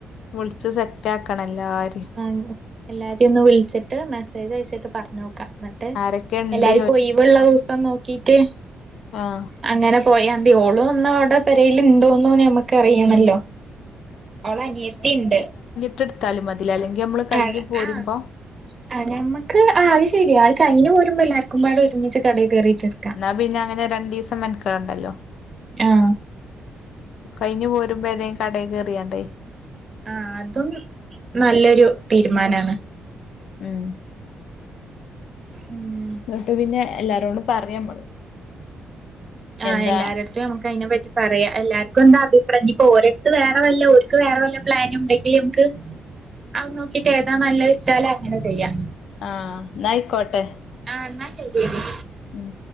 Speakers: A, on the left; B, on the right.
A: വള <inaudible> ജ് സെറ്റ് ആക്കണം എല്ലാരെയും
B: ആ എല്ലാരെയും ഒന്ന് വിളിച്ചിട്ട് മെസ്സേജ് അയച്ചിട്ട് പറഞ്ഞോക്കാം എന്നിട്ട്.
A: ആരൊക്കെ ഇണ്ട്
B: എല്ലാർക്കും ഒയിവ്ള്ള ദിവസം നോക്കീട്ട്.
A: ആഹ
B: അങ്ങനെ പോയാതിയോളും ഒന്ന് അവിടെ പെരേൽ ഉണ്ടോന്ന് നമക്ക്. അറിയണല്ലോ
A: ഉം
B: അവള അനിയത്തി ഉണ്ട്
A: റ്റടുത്താലും മതി അല്ലെങ്കിൽ നമ്മള്-
B: ആ
A: കഴിഞ്ഞ് പോരുമ്പോ
B: ആഹ്! ആ ഞമക്ക് ആ അത് ശരി ആ കഴിഞ്ഞ് പോരുമ്പോല്ലേ എല്ലാർക്കുമ്പോ ആട ഒരുമിച്ച് കടയിൽ കയറിയിട്ടണ്ട്
A: എന്നാ പിന്നെ അങ്ങനെ രണ്ടു ദിവസം മെനക്കടണ്ടല്ലോ
B: ആഹ്
A: കഴിഞ്ഞ് പോരുമ്പോ ഏതെങ്കിലും കടയി കയറിയാണ്ടേ
B: ആഹ്! അതും നല്ലൊരു തീരുമാനമാണ്
A: ഉം...
B: ഉം..
A: എന്നിട്ട് പിന്നെ എല്ലാരോടും പറയും നമ്മള്
B: ആഹ്
A: എന്താ
B: എല്ലാരുടത്തും നമുക്ക് അതിനെ പറ്റി പറയാം എല്ലാവർക്കും എന്താ അഭിപ്രായം ഇപ്പൊ ഓരോരുത്ത് വേറെ വല്ല ഓർക്ക് വേറെ വല്ല പ്ലാന് ഉണ്ടെങ്കിലും- ക്ക് അത് നോക്കിട്ട് ഏതാ നല്ലത് വെച്ചാല് അങ്ങനെ ചെയ്യാം
A: ആഹ് എന്നാ ആയിക്കോട്ടെ
B: ആഹ് എന്നാ ശരി എടി
A: ഉം